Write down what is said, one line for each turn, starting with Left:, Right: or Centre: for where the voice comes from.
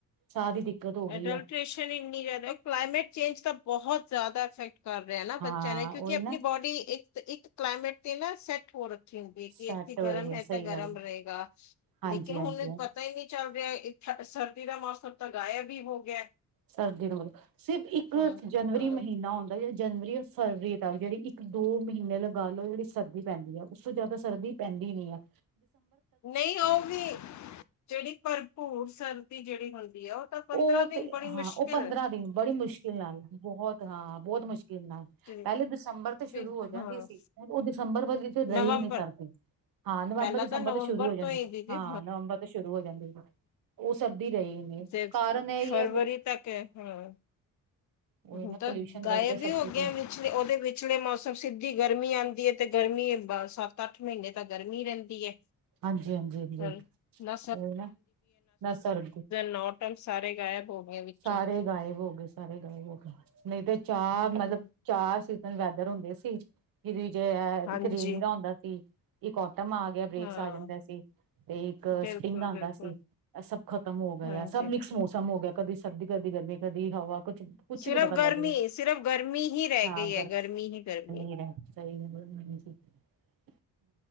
Right: ਸਾਹ ਦੀ ਦਿੱਕਤ ਹੋ ਗਈ
Left: ਅਡਲਟ੍ਰੇਸ਼ਨ
Right: ਹੈ
Left: ਇਨੀ ਜ਼ਿਆਦਾ ਕਲਾਮੇਟ ਚੇਂਜ ਤਾਂ ਬਹੁਤ ਜ਼ਿਆਦਾ ਇਫੈਕਟ ਕਰ ਰਿਹਾ ਨਾ
Right: ਹਾਂ
Left: ਬੱਚਿਆਂ ਨੇ ਕਿਉਂਕਿ
Right: ਉਹੀ
Left: ਆਪਣੀ
Right: ਨਾ
Left: ਬੋਡੀ ਇੱਕ ਇੱਕ ਕਲਾਈਮੇਟ ਤੇ ਨਾ ਸੈਟ ਹੋਰ ਦੀ ਕਿ
Right: ਸੈਟ
Left: ਇੱਥੇ
Right: ਹੋ
Left: ਗਰਮ
Right: ਰਹੀ
Left: ਹੈ
Right: ਸਹੀ
Left: ਤਾਂ ਗਰਮ
Right: ਗੱਲ
Left: ਐ ਰਹੇਗਾ
Right: ਹਾਂਜੀ
Left: ਲੇਕਿਨ ਹੁਣ
Right: ਹਾਂਜੀ
Left: ਪਤਾ ਹੀ ਨਹੀਂ ਚੱਲ ਰਿਹਾ ਇੱਕ ਅੜ ਸਠ ਸਰਦੀ ਦਾ ਮੌਸਮ ਤਾਂ ਗਾਇਬ ਹੀ ਹੋ ਗਿਆ
Right: ਸਰਦੀ ਨੂੰ ਮਤਲਬ ਸਿਰਫ ਇੱਕ
Left: ਹਮ
Right: ਜਨਵਰੀ
Left: ਹਮ
Right: ਮਹੀਨਾ ਹੁੰਦਾ ਜਨਵਰੀ ਜਾਂ ਫਰਵਰੀ ਤੱਕ ਜਿਹੜੀ ਇੱਕ ਦੋ ਮਹੀਨੇ ਲਗਾ ਲਓ ਜਿਹੜੀ ਸਰਦੀ ਪੈਂਦੀ ਹੈ ਉਸ ਤੋਂ ਜ਼ਿਆਦਾ ਸਰਦੀ ਪੈਂਦੀ ਨੀ ਆ
Left: ਨਹੀਂ ਆਊਗੀ ਜਿਹੜੀ ਭਰਪੂਰ ਸਰਦੀ ਜਿਹੜੀ ਹੁੰਦੀ ਆ ਤਾਂ ਪੰਦਰਾਂ
Right: ਉਹ
Left: ਦਿਨ
Right: ਤੇ
Left: ਬੜੀ
Right: ਹਾਂ
Left: ਮੁਸ਼ਕਿਲ
Right: ਉਹ ਪੰਦਰਾਂ
Left: ਹੈ।
Right: ਦਿਨ ਬੜੀ ਮੁਸ਼ਕਿਲ ਨਾਲ ਬਹੁਤ ਹਾਂ ਬਹੁਤ ਮੁਸ਼ਕਿਲ ਨਾਲ
Left: ਤੇ
Right: ਪਹਿਲੇ ਦਸੰਬਰ ਤੋਂ ਸ਼ੁਰੂ
Left: ਤੇ
Right: ਹੋ ਜਾਂਦੀ
Left: ਹਾਂ
Right: ਸੀ ਉਹ ਦਸੰਬਰ ਵਰਗੀ ਤੇ ਰਹੀ
Left: ਨਵੰਬਰ
Right: ਨੀ ਸਰਦੀ ਹਾਂ ਨਵੰਬਰ
Left: ਪਹਿਲਾਂ
Right: ਦਸੰਬਰ
Left: ਤਾਂ ਨਵੰਬਰ
Right: ਤੋਂ ਸ਼ੁਰੂ ਹੋ ਜਾਂਦੀ
Left: ਹੀ ਦੀਦੀ
Right: ਹਾਂ ਨਵੰਬਰ ਤੋਂ ਸ਼ੁਰੂ ਹੋ ਜਾਂਦੀ ਉਹ ਸਰਦੀ ਰਹੀ ਨੀ।
Left: ਜੇ
Right: ਕਾਰਨ ਇਹੀ
Left: ਫਰਵਰੀ
Right: ਹੈ ਫਿਰ
Left: ਤੱਕ ਹੈ ਹਾਂ
Right: ਉਹੀ
Left: ਹੁਣ
Right: ਨਾ
Left: ਤਾਂ
Right: ਪੋਲਿਊਸ਼ਨ
Left: ਗਾਇਬ
Right: ਕਰਕੇ ਸਭ
Left: ਹੀ ਹੋ
Right: ਕੁਛ
Left: ਗ ਵਿਚਲੇ ਉਹਦੇ ਵਿਚਲੇ ਮੌਸਮ ਸਿੱਧੀ ਗਰਮੀ ਆਉਂਦੀ ਹੈ ਤੇ ਗਰਮੀ ਮੀ ਸੱਤ ਅੱਠ ਮਹੀਨੇ ਤਾਂ ਗਰਮੀ ਰਹਿੰਦੀ ਹੈ
Right: ਹਾਂਜੀ ਹਾਂਜੀ ਹਾਂਜੀ
Left: ਸਰ ਨਾ
Right: ਨਾ ਨਾ ਸਰ
Left: ਨੌਟਮ ਸਾਰੇ ਗਾਇਬ ਹੋ ਗਏ ਵਿੱਚੋਂ
Right: ਸਾਰੇ ਗਾਇਬ ਹੋ ਗਏ ਸੀ ਸਾਾਰੇ ਦ ਹੋਗਾ ਨਹੀਂ ਤੇ ਚਾਹ
Left: ਹਮ
Right: ਮਤਲਬ ਚਾਹ ਸੀ ਵੈਦਰ ਹੁੰਦੇ ਸੀ ਜਿ ਜ
Left: ਹਾਂਜੀ
Right: ਇੱਕ ਰੇ ਨਰਾ ਹੁੰਦਾ ਸੀ ਇੱਕ ਖਟਮ ਆ ਗਿਆ ਬ੍ਰੇਕਸ
Left: ਹਾਂ
Right: ਆ ਜਾਂਦਾ ਸੀ ਤੇ ਇੱਕ
Left: ਬਿਲਕੁਲ
Right: ਸਪਿੰਗ ਆਉਂਦਾ
Left: ਬਿਲਕੁਲ
Right: ਸੀ ਇਹ ਸਭ ਖਤਮ ਹੋ ਗਿਆ
Left: ਹਾਂਜੀ
Right: ਸਭ ਮਿਕਸ ਮੌਸਮ ਹੋ ਗਿਆ ਕਦੀ ਸਰਦੀ ਕਦੀ ਗਰਮੀ ਕਦੀ ਹਵਾ ਕੁਛ ਕੁਛ
Left: ਸਿਰਫ਼
Right: ਨੀ ਪਤਾ
Left: ਗਰਮੀ
Right: ਲੱਗ ਰਿਹਾ
Left: ਸਿਰਫ਼ ਗਰਮੀ ਹੀ ਰਹਿ
Right: ਹਾਂ
Left: ਗਈ ਹੈ ਗਰਮੀ ਹੀ ਗਰਮੀ
Right: ਹੀ ਰਹਿ <inaudible>